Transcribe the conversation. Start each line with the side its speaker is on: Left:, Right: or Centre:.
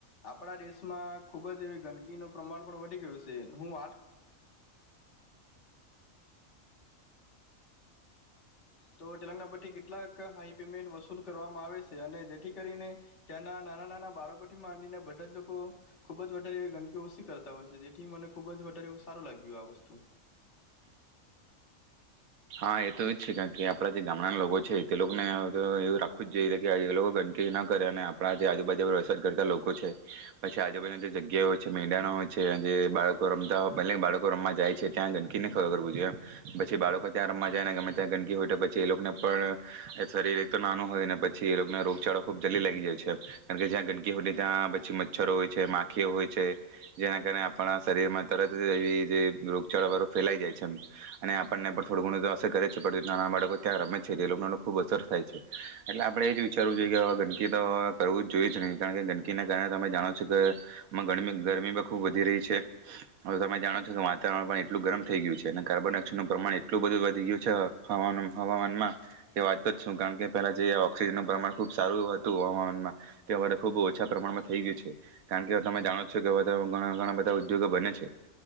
Left: આપણા દેશમાં ખૂબ જ એવી ગંદકીનું પ્રમાણ પણ વધી ગયું છે. હું વાત તો તેટેલંગ પરથી કેટલાક હાઈ પેમેન્ટ વસૂલ કરવામાં આવે છે. અને જેથી કરીને ત્યાંના નાના નાના બાળકોથી માંડીને બધા જ લોકો ખુબ જ વધારે એ ગંદકી ઓસી કરતા હોય છે. જેથી મને ખુબ જ વધારેવું સારું લાગ્યું આ વસ્તુ
Right: હા એ તો એ જ છે. કારણ કે આપણા જે ગામડાના લોકો છે તે લોકને એવ-એવું રાખવું જ જોઈએ કે એ લોકો ગંદકી ના કરે અને આપણા જે આજુબાજુ પર અસર કરતા લોકો છે. પછી આજુબાજુના જે જગ્યા હોય છે મેદાનો હોય છે જે બાળકો રમતાય એ બાળકો રમવા જાય છે ત્યાં ગંદકીને ખબર કરવું જોઈએમ પછી બાળકો ત્યાં રમવા જાય ને ગમે ત્યાં ગંદકી હોય પછી એ લોકોને પણ શરીર તો નાનું હોય ને પછી એ લોકોને રોગચાળો ખુબ જલ્દી લાગી જાય છે. કારણ કે જ્યાં ગંદકી હો ત્યાં પછી મચ્છ છરો હોય છે, માખીઓ હોય છે જેના કારણે આપણા શરીરમાં તરત એવી જે રોગચળાળ ફેલાઈ જાય છે આમ. અને આપણને પણ થોડું ઘણું તો અસર કરે જ છે. પછી નાનાં બાળકો ત્યાં રમે છે તે એ લોકોનેને ખૂબ અસર થાય છે. એટલે આપણે એ જ વિચારવું જોઈએ. કે હવે ગંદકી તો કરવું જ જોઈએ જ નહીં. કારણ કે ગંદકીના કારણે તમે જાણો છો કેમાં ગરમી ગરમી પણ ખૂબ વધી રહી છે. હવે તમે જાણો છો કે વાતાવરણ પણ એટલું ગરમ થઈ ગયું છે. અને કાર્બન ડાયોક્સાઇડનું પ્રમાણ એટલું બધું વધી ગયું છે. હ હવામાનમાં એ વાંચતો જ શું કારણ કે પહેલા જે ઓક્સિજનનું પ્રમાણ ખૂબ સારું એવું હતું. હવામાનમાં તે હવે ખૂબ ઓછા પ્રમાણમાં થઈ ગયું છે. કારણ કે તમે જાણો છો કે હવે ઘણા-ઘણા બધા ઉદ્યોગો બને છે.